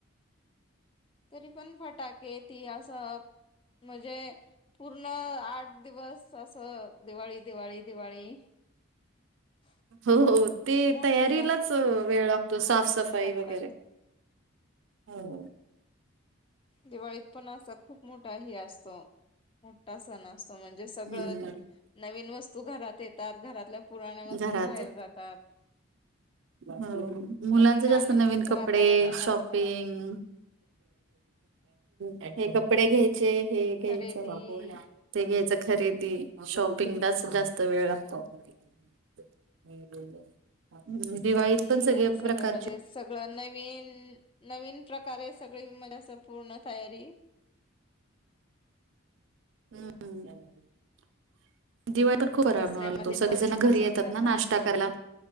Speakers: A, on the left (about 25°); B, on the right (about 65°).
A: तरी पण फटाके ती अस, म्हणजे पूर्ण आठ दिवस असं दिवाळी, दिवाळी, दिवाळी <unintelligible>
B: हो हो ते
A: मोठा
B: तयारी
A: सण
B: अस वेळ लागतो साफसफाई
A: करतात
B: वगैरे, हो
A: दिवाळीत पण असा खूप मोठा हे असतो. मोठा सण असतो म्हणजे म्हणजे सगळं
B: हम्म
A: नवीन वस्तू घरात येतात घरातल्या पुराण्या वस्तू
B: घरात
A: बाहेर जातात.
B: हो मुलांच
A: नवीन आनंदाचं
B: जास्त नवीन कपडे
A: वातावरण
B: शॉपिंग
A: असतं
B: हे कपडे घ्यायचे. हे घ्यायचं.
A: खरेदी
B: ते घ्यायचं खरेदी शॉपिंगलाच जास्त वेळ लागतो. <unintelligible> दिवाळीत
A: हे ते
B: पण सगळे
A: असं सगळं
B: प्रकारचे
A: म्हणजे सगळं नवीन, नवीन प्रकारे सगळी <unintelligible> असं पूर्ण तयारी
B: <unintelligible> दिवाळीत पण खूप <unintelligible>
A: दसऱ्यामध्ये
B: सगळे
A: पण
B: जण घरी
A: तसच
B: येतात
A: राहत
B: ना नाश्ता करायला.